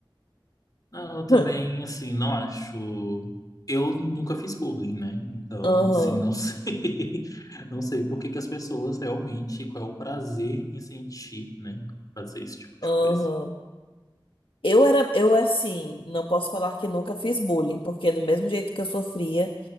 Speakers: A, on the left; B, on the left.
A: Não, eu também,
B: <laughs> Hum.
A: assim, não acho. Eu nunca fiz bullying, né? Então,
B: Aham,
A: assim, não <laughs> sei. Não sei por que que as pessoas realmente. Qual é o prazer em sentir, né? Fazer esse tipo de
B: aham.
A: coisa.
B: Eu era, eu assim, não posso falar que nunca fiz bullying, porque do mesmo jeito que eu sofria,